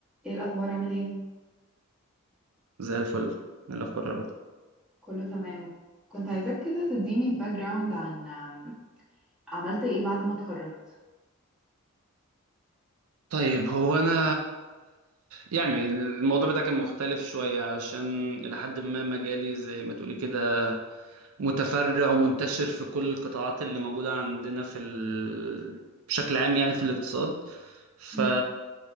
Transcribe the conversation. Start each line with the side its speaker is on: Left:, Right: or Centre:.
Centre: ايه الاخبار عامل ايه
Right: زي الفل من الاخبار يا رضا
Centre: كله تمام كنت عايزاك كده تديني باك جراوند عن عن عملت ايه بعد ما اتخرجت
Right: طيب هو انا يعني الموضوع بتاعي كان مختلف شويه عشان الى حد ما مجالي زي ما تقولي كده متفرع ومنتشر في كل القطاعات اللي موجودة عندنا في ال... بشكل عام يعني في الاقتصاد ف
Centre: مم.